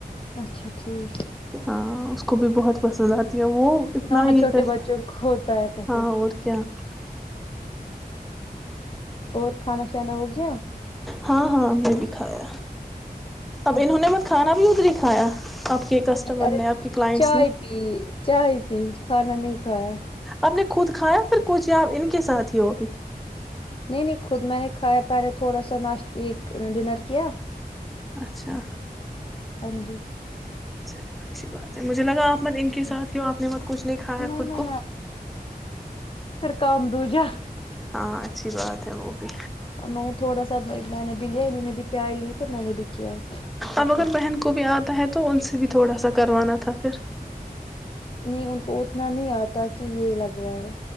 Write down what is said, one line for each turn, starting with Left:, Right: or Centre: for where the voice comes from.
Left: اچھا ٹھیک
Centre: ہاں اس کو بھی بہت پسند آتی وہ اتنا
Left: ہاں
Centre: یہ
Left: چھوٹے
Centre: کر
Left: بچوں کو ہوتا ہے پسند
Centre: ہاں اور کیا <inaudible>
Left: اور کھانا شانا ہو گیا
Centre: ہاں ہاں بے بی کھایا اب
Left: اچھا
Centre: انہوں نے
Left: ٹھیک
Centre: مت کھانا بھی اتری کھایا آپ کے کسٹمر
Left: ارے
Centre: نے آپ کے کلائنٹس
Left: چائے
Centre: نے
Left: پی چائے پی کھانا نہیں کھایا
Centre: آپ نے خود کھایا پھر کچھ یاپ ان کے ساتھ ہی ہو بھی
Left: نہیں نہیں خود میں نے کھایا پہلے تھوڑا سا ناش ڈنر کیا
Centre: اچھا
Left: ہاں جی
Centre: چلو اچھی بات ہے مجھے لگا آپ مت ان کے
Left: جی
Centre: ساتھ ہی ہو آپ نے مت کچھ نہیں کھایا
Left: نہ
Centre: خود
Left: نہ
Centre: کو
Left: کم دووجہ
Centre: ہاں اچھی بات ہے وہ بھی
Left: ا میں نے تھوڑا سا میں نے بھی لیا انہوں نے بھی تار لی تو میں نے بھی کیا جب
Centre: اب اگر
Left: تک
Centre: بہن کو بھی آتا ہے تو ان سے بھی تھوڑا سا کروانا تھا پھر
Left: نہیں ان کو اتنا نہیں آتا کہ یہ لگوائے